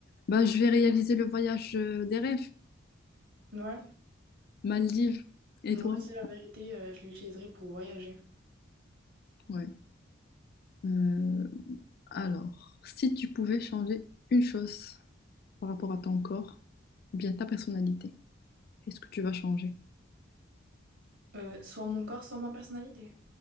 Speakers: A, on the left (about 50°); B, on the right (about 80°).
A: Bah, je vais réaliser le voyage euh, des rêves,
B: Ouais.
A: Maldives. Et
B: Moi
A: toi?
B: aussi, la vérité, euh, je l'utiliserais pour voyager.
A: Ouais. Euh, alors, si tu pouvais changer une chose par rapport à ton corps, ou bien ta personnalité, qu'est-ce que tu vas changer?
B: Euh, soit mon corps, soit ma personnalité.